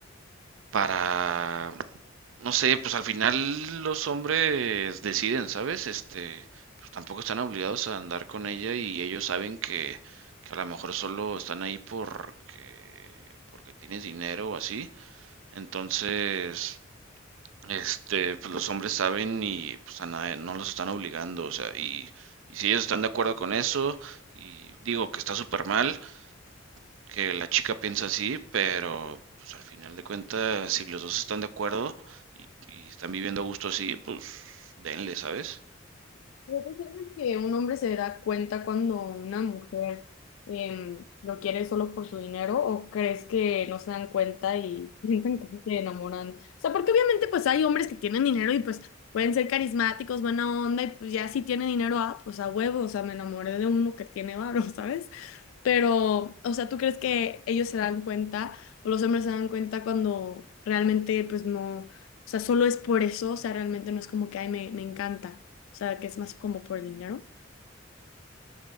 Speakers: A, on the right (about 75°); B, on the left (about 85°).
A: para, no sé, pues al final los hombres deciden, ¿sabes? Este, pues tampoco están obligados a andar con ella y ellos saben que, que a lo mejor solo están ahí porque, porque tienes dinero o así. Entonces, este, pues los hombres saben y pues a nadie, no los están obligando, o sea, y, y si ellos están de acuerdo con eso, y digo que está súper mal, que la chica piensa así, pero pues al final de cuentas, si los dos están de acuerdo y, y están viviendo a gusto así, pues denle, ¿sabes?
B: ¿No consideras que un hombre se da cuenta cuando una mujer em, lo quiere solo por su dinero o crees que no se dan cuenta y <laughs> piensan que sí se enamoran? O sea, porque obviamente pues hay hombres que tienen dinero y pues pueden ser carismáticos, buena onda y pues ya si tiene dinero, ah, pues a huevo, o sea, me enamoré de uno que tiene varo, <laughs> ¿sabes? Pero, o sea, ¿tú crees que ellos se dan cuenta o los hombres se dan cuenta cuando realmente, pues no, o sea, solo es por eso, o sea, realmente no es como que, ay, me, me encanta, o sea, que es más como por el dinero?